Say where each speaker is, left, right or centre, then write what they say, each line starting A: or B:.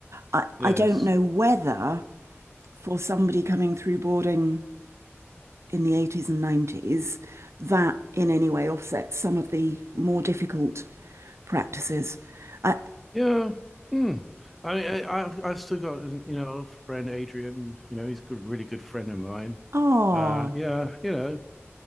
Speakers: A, on the right; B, in the centre.
A: I,
B: Yes.
A: I don't know whether for somebody coming through boarding in the 80s and 90s, that in any way offsets some of the more difficult practices. I,
B: Yeah. Hmm. I mean, I, I've I've still got you know a friend Adrian. You know, he's a good, really good friend of mine.
A: oh,
B: Uh, yeah, you know,